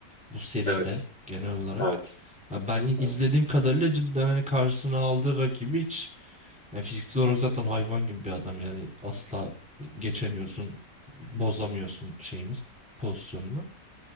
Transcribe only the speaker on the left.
evet,
evet,
evet.